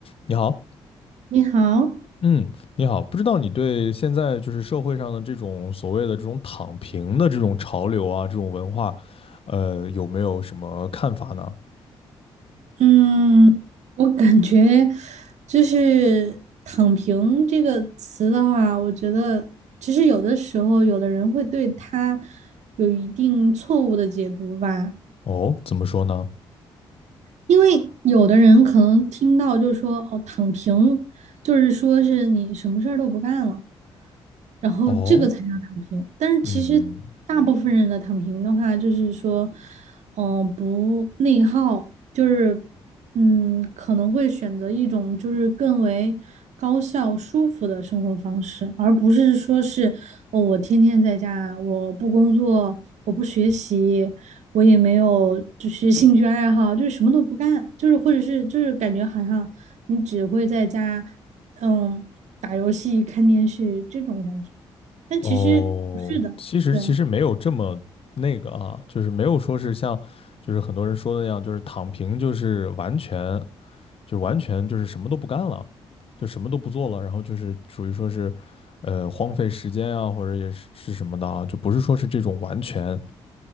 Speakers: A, on the left; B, on the right.
A: 你好，
B: 你好，
A: 嗯，你好，不知道你对现在就是社会上的这种所谓的这种躺平的这种潮流啊，这种文化，呃，有没有什么看法呢？
B: 嗯，我感觉就是“躺平”这个词的话，我觉得其实有的时候，有的人会对它有一定错误的解读吧，
A: 哦，怎么说呢？
B: 因为有的人可能听到就说“哦，躺平”，就是说是你什么事儿都不干了。然后这个才叫躺平。
A: 哦，
B: 但是其实大部分人的躺平的话，
A: 嗯，
B: 就是说，嗯、不内耗，就是嗯，可能会选择一种就是更为高效、舒服的生活方式，而不是说是哦，我天天在家，我不工作，我不学习。我也没有，就是兴趣爱好，就是什么都不干，就是或者是就是感觉好像你只会在家，嗯。打游戏、看电视这种感觉，但其实不是的，
A: 哦，其实其实没有这么那个啊，
B: 对
A: 就是没有说是像就是很多人说的那样，就是躺平就是完全。就是完全就是什么都不干了，就什么都不做了，然后就是属于说是，呃，荒废时间啊，或者也是是什么的啊，就不是说是这种完全